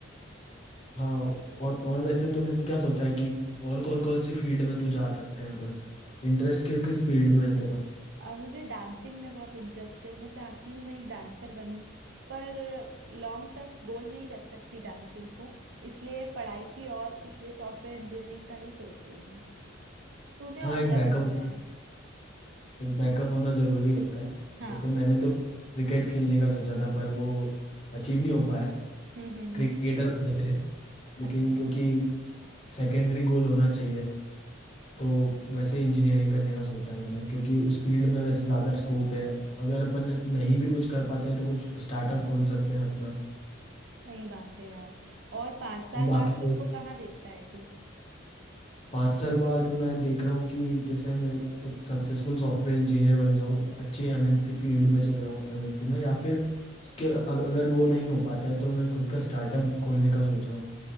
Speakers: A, on the left; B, on the right.
A: हाँ और और वैसे तूने क्या सोचा है कि और कौन कौन सी फील्ड में तू जा सकते हैं इंटरेस्ट किस किस फील्ड में है तेरा
B: अ, मुझे डांसिंग में बहुत इंटरेस्ट है मैं चाहती हूँ मैं एक डांसर बनूँ पर लॉन्ग टर्म गोल नहीं रख सकती डांसिंग को इसलिए पढ़ाई की और इसलिए सॉफ्टवेयर इंजीनियरिंग का ही सोच रही हूँ तूने
A: हाँ
B: और
A: एक
B: क्या
A: बैकअप
B: सोचा है
A: एक बैकअप होना ज़रूरी होता है
B: हाँ
A: वैसे मैंने तो क्रिकेट खेलने का सोचा था पर वो अचीव नहीं हो पाया
B: हम्म हम्म हम्म
A: क्रिकेटर बनने के लिए लेकिन
B: अच्छा
A: क्योंकि सेकेंडरी गोल होना चाहिए तो वैसे इंजीनियरिंग करने का सोचा है मैंने क्योंकि उस फील्ड में वैसे ज़्यादा स्कोप है अगर अपन नहीं भी कुछ कर पाते हैं तो कुछ स्टार्टअप खोल सकते हैं अपना
B: सही बात है यार और पाँच साल
A: बाकी
B: बाद खुद
A: लोग
B: को कहाँ देखता है तू
A: पाँच साल बाद मैं देख रहा हूँ कि जैसे मैं एक सक्सेसफुल सॉफ्टवेयर इंजीनियर बन जाऊँ अच्छी एमएनसी फील्ड में चले जाऊँ एमएनसी में या फिर उसके अग- अगर वो नहीं हो पाता है तो मैं खुद का स्टार्टअप खोलने का सोच रहा हूँ